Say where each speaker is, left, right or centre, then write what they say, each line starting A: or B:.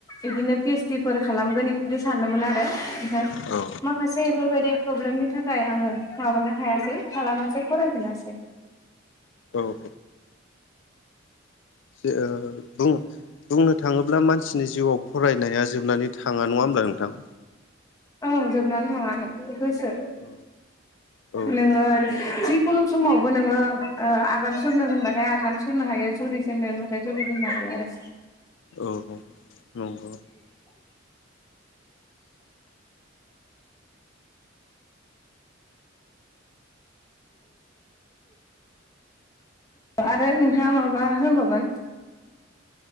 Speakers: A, on the left (about 20°); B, on the left (about 65°).
A: इदिन फि एस डि फोर खालामगोन बेफोरदि सानोममोन आरो ओमफ्राय
B: औ
A: माखासे बेफोरबायदि प्रब्लेमनि थाखाय आङो माबानो हायासै खालामासै फरायफिनासै
B: औ औ ज बुं बुंनो थाङोब्ला मानसिनि जिउआव फरायनाया जोबनानै थाङा नङा होमब्ला नोंथां।
A: ओं जोबनानै थाङा होसो
B: औ औ
A: नोङो <unintelligible> सुलग समावबो नोङो ओ आगान सुरनो होनबाथाय आगान सुरनो हायो जुरि जेननो होनबाथाय जुरि जेननो हायो आरो <inaudible>
B: औ नंगौ
A: आरो नोंथाङा माबा हबावगोन